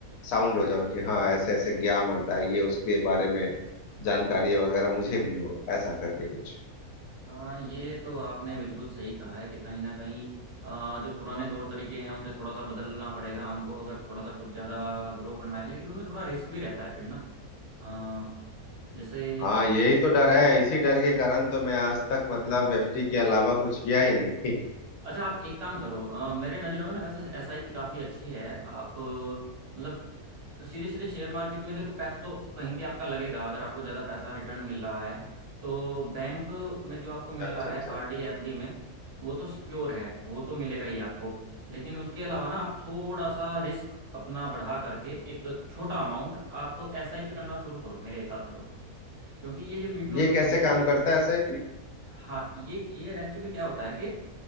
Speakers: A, on the left; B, on the right.
A: साउंड हो
B: हम्म
A: जाऊं कि हाँ ऐसे ऐसे ज्ञान होता है ये उसके बारे में जानकारी वगैरह मुझे भी हो ऐसा करके कुछ
B: हाँ ये तो आपने बिल्कुल सही कहा है कि कहीं ना कहीं अ, जो पुराने तौर तरीके हैं उनसे थोड़ा सा बदलना पड़ेगा हमको अगर थोड़ा सा कुछ ज़्यादा ग्रो करना है लेकिन उनमें थोड़ा रिस्क भी रहता है फिर ना अ, जैसे
A: हाँ यही तो डर है इसी डर के कारण तो मैं आज तक मतलब
B: हम्म हम्म
A: एफडी के अलावा कुछ किया ही नहीं <laughs>
B: अच्छा आप एक काम करो अ, मेरे नज़रों में ना वैसे एसआईपी काफ़ी अच्छी है आप अ, मतलब सीधे सीधे शेयर मार्केट में देखो पैसा तो कहीं भी आपका लगेगा अगर आपको ज़्यादा पैसा रिटर्न मिल रहा है तो बैंक में जो आपको मिल
A: अच्छा
B: रहा है
A: अच्छा
B: आरडी एफडी में वो तो सिक्योर है वो तो मिलेगा ही आपको लेकिन उसके अलावा ना आप थोड़ा सा रिस्क अपना बढ़ा करके एक छोटा अमाउंट आप एसआईपी करना शुरू करो मेरे हिसाब से तो क्योंकि ये जो म्यूचुअल
A: ये
B: फंड
A: कैसे
B: है
A: काम
B: ये
A: करता है एसआईपी
B: हाँ ये ये एक्चुअली क्या होता है कि